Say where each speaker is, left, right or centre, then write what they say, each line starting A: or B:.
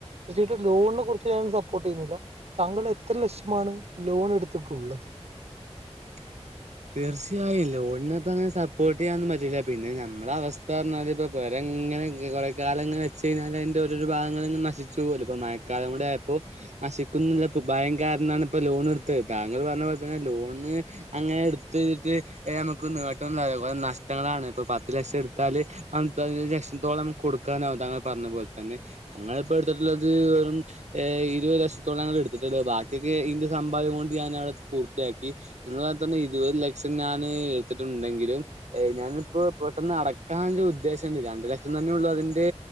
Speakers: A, on the right; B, on the right.
A: <unintelligible> ലോണിനെ കുറിച്ച് ഞാൻ സപ്പോർട്ട് ചെയ്യുന്നില്ല താങ്കൾ എത്ര ലക്ഷമാണ് ലോൺ എടുത്തിട്ടുള്ളത്
B: <inaudible> തീർച്ചയായും ലോണിനപ്പ അങ്ങനെ സപ്പോർട്ട് ചെയ്യാനന്നും പറ്റില്ല പിന്നെ ഞമ്മളെ അവസ്ഥ എന്നാല് ഇപ്പൊ പെര <unintelligible> ഇങ്ങനെ <unintelligible> കുറേ കാലങ്ങിനെ വെച്ച് കഴിഞ്ഞാൽ അതിൻറെ ഓരോരോ ഭാഗങ്ങളിങ്ങനെ നശിച്ചു പോകല്ലോ ഇപ്പോൾ മഴക്കാലം കൂടിയായപ്പോ നശിക്കുന്നില്ല ഇപ്പ ഭയം കാരണാണ് ഇപ്പ ലോൺ എടുത്തത് താങ്കൾ പറഞ്ഞ പോലെ തന്നെ ലോണ് അങ്ങനെ <inaudible> <unintelligible> തിട്ട് നമുക്ക് നേട്ടം <unintelligible> കുറേ നഷ്ടങ്ങളാണ് ഇപ്പൊ പത്ത് ലക്ഷം എടുത്താല് അതി <unintelligible> <unintelligible> കൊടുക്കാനും താങ്കൾ പറഞ്ഞ പോലെ തന്നെ ഞങ്ങളിപ്പോ എടുത്തിട്ടുള്ളത് വെറും ഇരുപത് ലക്ഷ ത്തോളങ്ങൾ എടുത്തിട്ടുള്ളത് ബാക്കിക്കെ ഇന്റെ സമ്പാദ്യം കൊണ്ട് ഞാൻ അതു പൂർത്തിയാക്കി ഇങ്ങള് പറഞ്ഞ തന്നെ ഇരുപത് ലക്ഷം ഞാൻ എടുത്തിട്ടുണ്ടെങ്കിലും എ ഞാനിപ്പോ പെട്ടെന്ന് അടക്കാനൊരു ഉദ്ദേശം <unintelligible> രണ്ട് ലക്ഷം തന്നെ ഉള്ളൂ അതിന്റെ